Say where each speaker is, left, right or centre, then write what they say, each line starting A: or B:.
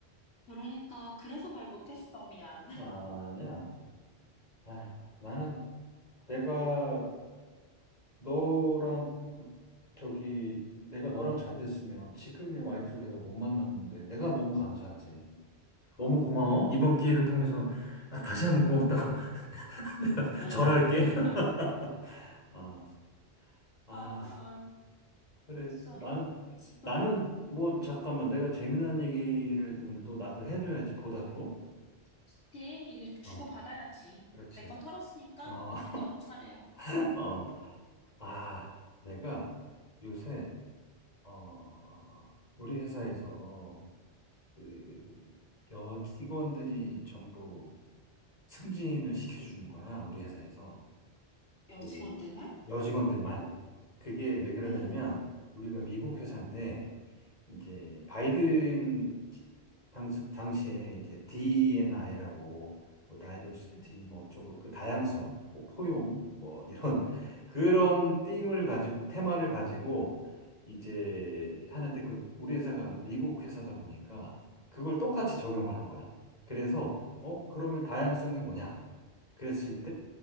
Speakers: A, on the left; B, on the left.
A: 그러니까 그래서 말 못했어. 미안.
B: 아니야. 아휴, 나는 내가 너랑, 그 저기, 내가 너랑 잘 됐으면 지금의 와이프를 내가 못 만났는데 내가 너무 감사하지. 너무 고마워. 이번 기회를 통해서 아, 다시 한번 고맙다고 <laughs> 내가
A: <laughs>
B: 절할게. <laughs> 아, 아.
A: 아,
B: 그래,
A: 진짜
B: 나는,
A: 너
B: 나는, 뭐,
A: 응,
B: 잠깐만, 내가 재미난 얘기를 지금 또 나도 해줘야지, 보답으로.
A: 그치? 이제 주고받아야지.
B: 어, 그렇지.
A: 내 건 털었으니까
B: 어,
A: 이제 너 차례야.
B: <laughs> 어, 아, 내가 요새, 어, 우리 회사에서, 그, 여직원들이 전부 승진을 시켜주는 거야, 우리 회사에서.
A: 여직원들만?
B: 그, 여직원들만. 그게 왜 그러냐면,
A: 오,
B: 우리가 미국
A: 응,
B: 회사인데, 이제 바이든 당시, 당시에 이제 D&I라고 뭐 다이버시티
A: 응.
B: 뭐 쪽을 그 다양성, 뭐 포용 뭐 이런 <laughs> 그런 팀을 가지고 테마를 가지고 이제 하는데 그 우리 회사가 미국 회사다 보니까 그걸 똑같이 적용을 한 거야. 그래서 어 그러면 다양성이 뭐냐? 그랬을